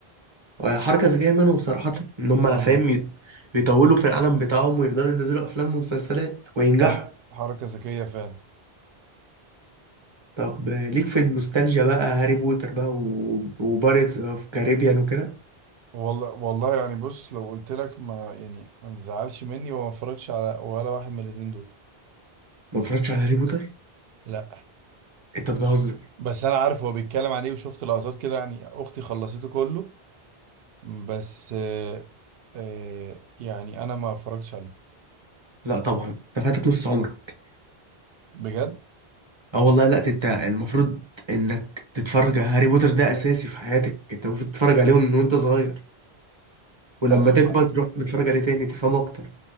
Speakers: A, on the right (about 30°); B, on the right (about 70°).
A: آه، حركة ذكية منهم صراحة إن هم
B: اه
A: فاهم يط- يطولوا في العالم بتاعهم ويفضلوا ينزلوا أفلام ومسلسلات وينجحوا
B: لا لا، حركة ذكية فعلا
A: طب آه، ليك في النوستالجيا بقى هاري بوتر بقى و- وبارتس أوف كاريبيان وكده
B: والله والله يعني بص لو قلت لك ما يعني ما تزعلش مني وما اتفرجش على ولا واحد من الاتنين دول
A: ما اتفرجتش على هاري بوتر
B: لا
A: أنت بتهزر
B: بس انا عارف هو بيتكلم عن ايه وشفت لقطات كده يعني اختي خلصته كله بس آه آه يعني انا ما اتفرجتش عليه
A: لا طبعا انت فاتك نص عمرك
B: بجد
A: اه والله لا انت المفروض انك تتفرج على هاري بوتر ده اساسي في حياتك انت المفروض تتفرج عليهم من وانت صغير ولما
B: أيوة،
A: تكبر تروح متفرج عليه تاني تفهمه اكتر